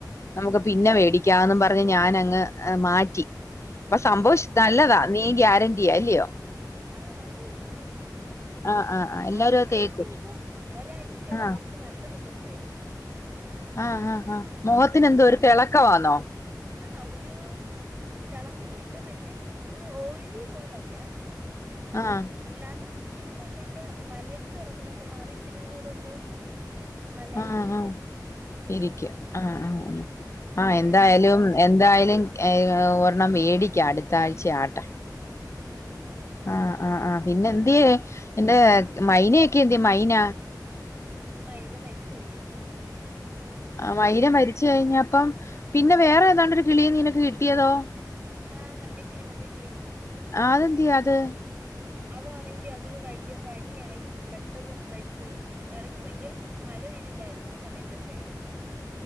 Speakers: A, on the left; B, on the right.
A: നമുക്ക് പിന്നെ വേടിക്കാംന്ന് പറഞ്ഞ് ഞാൻ അങ്ങ് ഹ് മാറ്റി. അപ്പ സംഭവിശ്
B: ആഹ്
A: നല്ലതാ നീ ഗ്യാരന്റിയാ ല്യോ
B: ആഹ നല്ലതയെച്ചി
A: ആ ആ ആ എല്ലാരും
B: അത് യൂസ
A: തേക്കും
B: യ്ത്, ഒരാഴ്ചക്കകം
A: ആ
B: നമുക്ക് നല്ല റിസൾട്ട് വരും.
A: ആ ആ് ആാ മോഹത്തിന് എന്തോ ഒരു തിളക്കവന്നോ
B: ആഹ ഒരു തിളക്കം കിട്ടും മറ്റേ അങ്ഓയിലി പോലല്ല
A: ആഹ
B: അല്ലാത്ത സ്കിനൊന്നും ല്ല. വരണ്ട് കിടക്കുന്നൊക്കെ മാറി ഇച്ചിരിം കൂടോന്ന്.. നല്ലായിട്ടിരിക്കും.
A: ആ ആ ഇരിക്കും ആ ആ ഉ
B: അങ്ങനെ
A: ആഹ എന്തായാലും
B: അത്
A: എന്തായാലും ഏ ഒരെണ്ണം മേടിക്കാം അടുത്താഴ്ചആട്ടെ!
B: ആഹ്
A: ആഹ ആ് ആ് പിന്നെ എന്ദ്യേ എന്റെ മൈനൊയോക്കെ യന്ത്യേ മൈന
B: മൈന മരിചോയേച്ചീ
A: ആ മൈന മരിച്ചഴിഞ്ഞപ്പം പിന്നെ വേറെ ഏതാണ്ട ഒരു കിളിയെ നിനക്ക് കിട്ടിയതോ?
B: ആഹ മഞ്ഞക്കിളി മഞ്ഞക്കിളി
A: ആ അതെന്ദ്യേ അത്
B: അതാണെങ്കി അതിന് വയ്യ പനിയായി പെട്ടെന്ന് മരിചോയി ഈ ഇടക്ക് ഭയങ്കര മഴ പെയ്തില്ലായിരുന്നോ ആ സമയത്തൊക്കെ?
A: <inaudible>